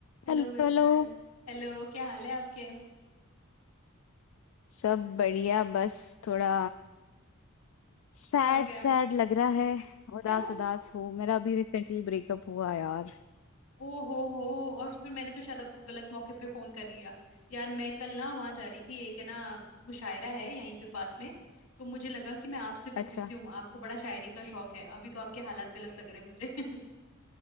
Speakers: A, on the left; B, on the left.
A: Hello
B: Hello
A: Mitali
B: hello
A: Hello क्या हाल है आपके
B: सब बढ़िया बस थोड़ा सैड
A: क्या हो गया
B: सैड लग रहा है उदास
A: क्यों
B: उदास हूँ मेरा अभी रिसेंटली ब्रेकअप हुआ यार
A: ओ हो हो और फिर मैंने तो शायद आपको गलत मौके पे फोन कर लिया यार मैं कल ना वहां जा रही थी एक है ना मुशायरा है यहीं पे पास में तो मुझे लगा कि मैं आपसे पूछती
B: अच्छा
A: हूँ आपको बड़ा शायरी का शौक है अभी तो आपके हालात गलत लग रहे हैं मुझे <laughs>